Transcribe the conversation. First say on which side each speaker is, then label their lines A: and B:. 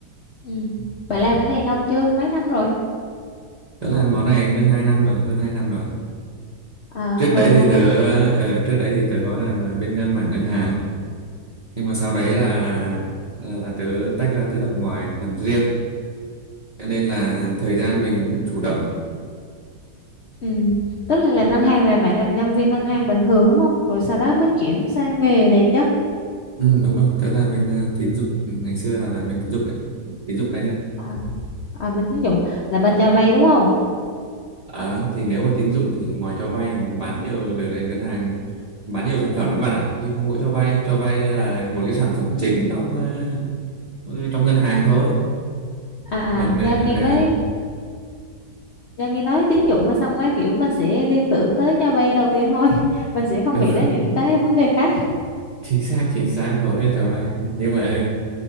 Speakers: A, on the left; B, on the right.
A: ừ. Bạn làm cái này lâu chưa? Mấy năm rồi?
B: tớ làm món này được hai năm rồi hơn hai năm rồi
A: À,
B: trước
A: hơn
B: đấy
A: hai
B: thì
A: năm.
B: tớ ờ, trước đấy thì tớ có làm à, bên ngân mảng ngân hàng nhưng mà sau đấy
A: Ừ.
B: là là, là tớ tách ra tớ làm ngoài làm riêng cho nên là thời gian mình cũng chủ động
A: Ừ. Tức là làm ngân hàng là bạn làm nhân viên ngân hàng bình thường đúng không? Rồi sau đó mới chuyển sang nghề này chứ.
B: Ừ, đúng rồi, tớ làm bên à, tín dụng ngày xưa là làm bên tín dụng ấy, tín dụng cá nhân.
A: À, à, bên tín dụng là bên cho vay đúng không?
B: Ờ, thì nếu mà tín dụng thì ngoài cho vay mình bán nhiều đợt này ngân hàng bán nhiều sản phẩm lắm bạn ạ, nhưng không mỗi cho vay, cho vay là một cái sản phẩm chính trong à, trong ngân hàng thôi.
A: À à,
B: Còn ờ,
A: do nghe
B: ờ,
A: nói do nghe nói tín dụng á, xong á kiểu mình sẽ liên tưởng tới cho vay đầu tiên thôi. <laughs> Mình sẽ không
B: <laughs> đúng,
A: nghĩ đến những cái vấn đề khác.
B: chính xác chính xác hầu hết cho vay, nhưng mà